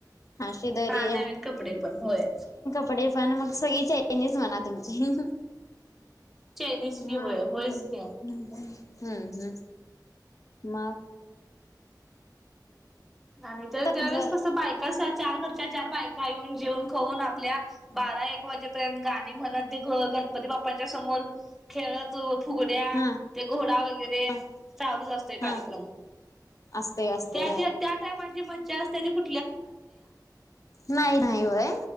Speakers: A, on the left; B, in the centre.
A: हा शेजारी
B: हा नवीन कपडे पण होय.
A: डे पण मग सगळी चैनीचं म्हणा तुमची. हम्म,
B: चायनीज
A: हम्म.
B: की होय होयच की.
A: हम्म हम्म, मग.
B: आणि ते त्यावेेळेस
A: असं
B: कसं बायकासाठी चार घरच्या चार बायका येऊन जीऊन खाऊन आपल्या बारा एक वाजेपर्यंत गाणी म्हणतं गणपती बाप् पांच्या समोर खेळत हो फुगड्या
A: हा
B: ते घोडा वगैरे
A: हा
B: चालूच असतोय कार्यक्रम
A: हा असते असते
B: त्या ज्या माझी मज्जा असते कु
A: नाही नाही होय